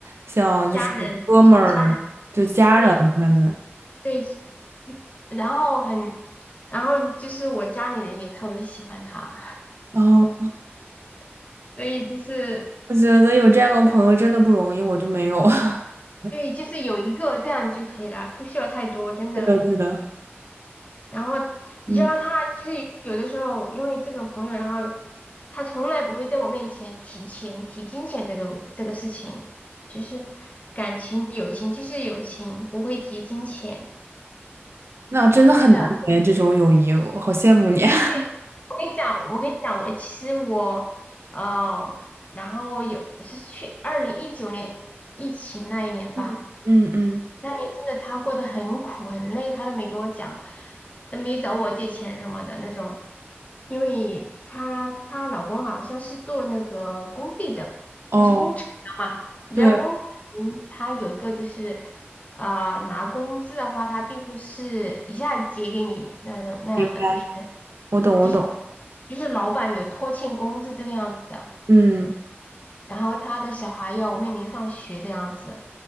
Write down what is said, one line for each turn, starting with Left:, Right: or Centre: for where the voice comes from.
Right: 像就是哥们儿就家人了感觉。
Left: 家人像家人对对，然后很，然后就是我家里人也特别喜欢他，
Right: 然后
Left: <laughs> 所以就是
Right: 我觉得有这样的朋友真的不容易，我就没有。<laughs>
Left: 对，就是有一个这样就可以了，不需要太多，真的。
Right: 对的，对的，
Left: 然后
Right: 嗯，
Left: 你知道他就是有的时候因为这种朋友，然后他从来不会在我面前提钱、提金钱这个这个事情，就是感情、友情就是友情，不会提金钱，
Right: 那真的很难得这种友谊，
Left: 真的。
Right: 我好羡慕你。<laughs>
Left: 对，我跟你讲，我跟你讲，我其实我呃，然后有是去二零一九年疫情那一年吧。
Right: 嗯嗯嗯，
Left: 那年真的她过得很苦很累，她都没给我讲，都没找我借钱什么的那种，因为她她老公好像是做那个工地的，
Right: 哦，
Left: 就是工程的嘛。你知道工程他有一个就是
Right: 对，
Left: 啊、拿工资的话，他并不是一下子结给你那种那样的，
Right: 明白，
Left: 就是
Right: 我懂，
Left: 就是
Right: 我懂，
Left: 就是老板有拖欠工资这个样子的。
Right: 嗯。
Left: 然后他的小孩要面临上学这样子